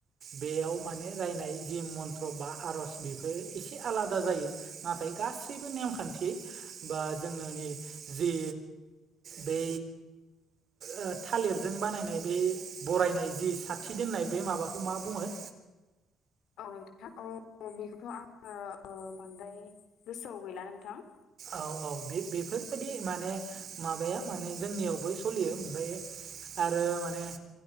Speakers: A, on the right; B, on the left.
A: बेयाव माने रायनाय जि मन्त्र बा आर'ज बेफोर एसे आलादा जायो। नाथाय गासैबो नेमखान्थि बा जोनि जि बे ओ थालिरजों बानायनाय बे बरायनाय जि साथि दोननाय बे माबाखौ मा बुङो?
B: औ नोंथाङा औ बेखौथ' आङो बांद्राय गोसोआव गैला नोंथां।
A: औ औ बे बेफोरबायाददि माने माबाया माने जोंनियावबो सोलियो ओमफ्राय आरो माने